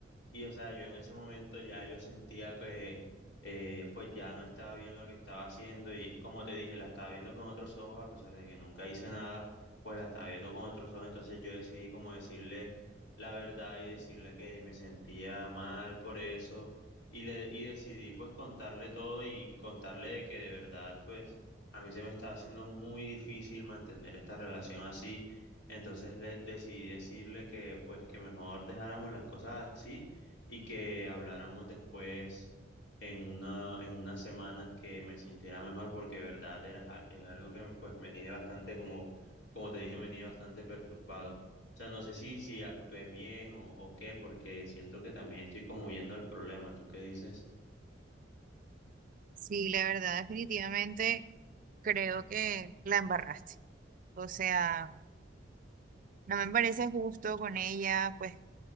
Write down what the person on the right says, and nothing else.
Sí, la verdad, definitivamente creo que la embarraste. O sea, no me parece justo con ella, pues